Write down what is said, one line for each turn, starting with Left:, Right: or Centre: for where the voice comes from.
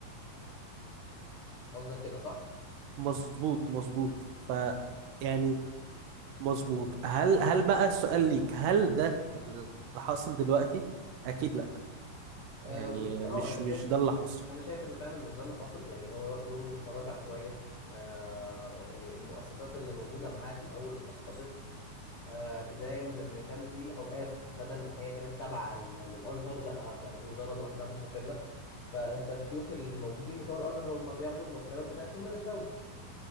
Left: قصدك كده صح؟
Right: مظبوط مظبوط ف يعني مظبوط هل هل بقى السؤال ليك هل ده اللي حاصل دلوقتي؟ أكيد لا يعني
Left: أه والله
Right: مش
Left: اه انا
Right: مش
Left: شايف
Right: ده اللي حاصل
Left: انا شايف ان فعلا مش ده اللي حصل يعني هو دوره تراجع شويه أه يعني المؤسسات اللي موجوده معاه في الاول اتقصقصت أه بدايه من ان كان في الاوقاف بدل ما هي كانت تابعه لل- للازهر لا بقت وزاره لوحدها مستقله فانت الشيوخ اللي موجودين بتوع الازهر هم بياخدوا المرتبات بتاعتهم من الدوله